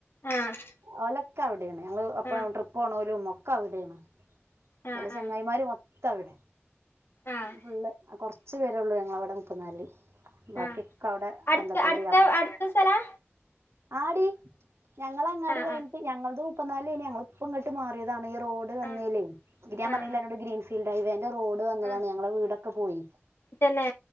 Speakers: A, on the left; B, on the right.
A: ആഹ്
B: ഓലൊക്കെ അവ്ടേണ് ഞങ്ങള് അപ്പം
A: ആഹ്
B: ട്രിപ്പോണോരും ഒക്കവ്ടേണ്
A: ആഹ്
B: ഓലെ ചെങ്ങായിമാര്
A: ആഹ്
B: മൊത്തം അവിടെ
A: ആഹ്
B: ഫുള്ള് കൊർച്ച് പേരേഒള്ളൂ ഞങ്ങളവിടെ നിക്കുന്നോല്ല് ബാക്കിക്കെഅവ്ടെ
A: ആഹ് അടുത്ത
B: ബന്തപ്പള്ളിയ
A: അടുത്ത
B: <unintelligible>
A: അടുത്ത സ്ഥലാ
B: ആടീ ഞങ്ങള അങ്ങാടി
A: ആഹ്
B: കഴിഞ്ഞിട്ട്
A: ആഹ്
B: ഞങ്ങൾതും മുപ്പത് ന്നാലേനി ഞങ്ങള്ഇപ്പ ഇങ്ങട്ട് മാറിയതാണ് റോഡ് വന്നേലെ
A: ആഹ്
B: ഇക് രാംപറഞ്ഞീല്ലെ
A: ആഹ് ആഹ്
B: അന്നോട് ഗ്രീൻഫീൽഡ് ഹൈവേന്റെ റോഡ് വന്നതാണ്
A: ആഹ്
B: ഞങ്ങളെ വീടെക്കെ പോയി
A: തന്നെ